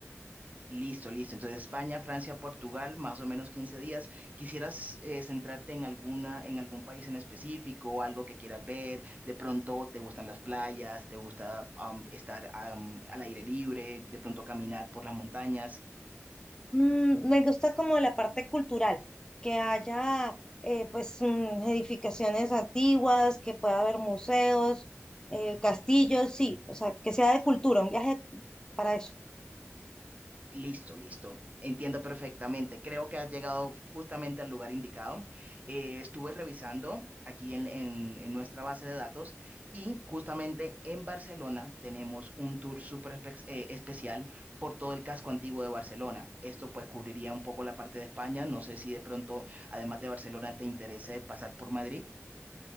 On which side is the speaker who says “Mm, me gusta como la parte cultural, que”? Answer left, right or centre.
Left